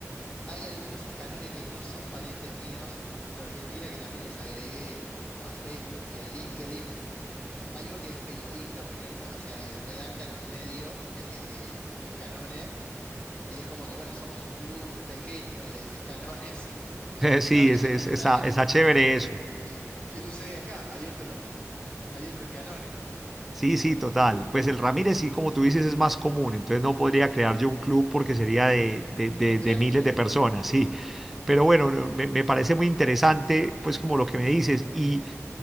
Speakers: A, on the left; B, in the centre.
A: hay algunos escanones que no son parientes míos en Argentina, que también los agregué a Facebook y a LinkedIn. <laughs> Hay uno que es periodista, por ejemplo, no- o sea, redacta en un medio que es eh, Escanone, y es como que, bueno, somos un club pequeño de, de Escanones, <laughs> y
B: Sí,
A: cada vez que
B: es,
A: te
B: es,
A: cruzas
B: está,
A: a alguien es
B: está
A: como
B: chévere
A: que, uy,
B: eso.
A: ¿qué, qué sucede acá? Hay otro, hay otro Escanone,
B: Sí, sí, total. Pues el Ramírez, sí, como tú dices, es más común, entonces no podría crear yo un club porque sería de, de- de-
A: un gran
B: de miles
A: club.
B: de personas, sí. Pero bueno, no, me, me parece muy interesante, pues como lo que me dices. Y,